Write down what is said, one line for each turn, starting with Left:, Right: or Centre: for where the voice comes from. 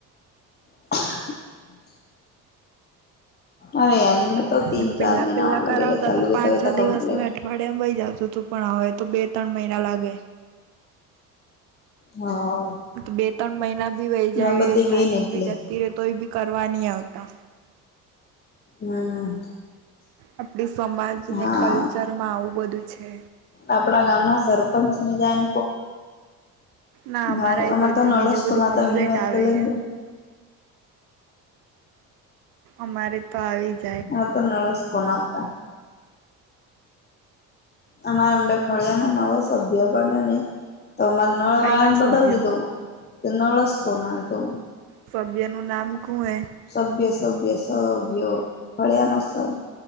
Left: <unintelligible> અરે યાર મેં તો તીન
Right: એમ પેલા
Left: ચાર મહિના
Right: પેલા
Left: વાર લગેગા
Right: કરાવતા
Left: ચાલુ
Right: તો
Left: હોતા
Right: પાંચ
Left: હોતા
Right: છ
Left: કમ્પ્લીટ
Right: દિવસ મા વાાડિયામાં બઈ જતું તું પણ હવે તો બે ત્રણ મહિના લાગે
Left: હા
Right: બે ત્રણ મહિના ભી વહી જાય
Left: હા બધે વેન
Right: તારીખ
Left: એટલે
Right: બી જતી રે તોભી કરવા નય આવતા
Left: હમ
Right: આપડી સમાજને
Left: હા
Right: કલ્ચર માં આવું બધું છે.
Left: આપડા ગામના સરપંચની જેમ
Right: ના અમારા
Left: હા
Right: એ
Left: અમારે
Right: બધું
Left: તો નળસ
Right: બીજું બધું
Left: કો નાતા
Right: કમ્પ્લેટ
Left: વિની વાત
Right: આવે
Left: કરી
Right: હે
Left: લ
Right: અમારે તો આવી જ
Left: આ તો નળસકોન હતા. આમા એમડા ફળિયામાં નવો સભ્ય બન્યાને તો અમારે નળવાળાને
Right: કઈ ના
Left: બદલ
Right: સભ્ય
Left: દીધો નળસ કોના તો
Right: સભ્યનું નામ કું એ
Left: સભ્ય સભ્ય સભ્ય ફળિયાના સભ્ય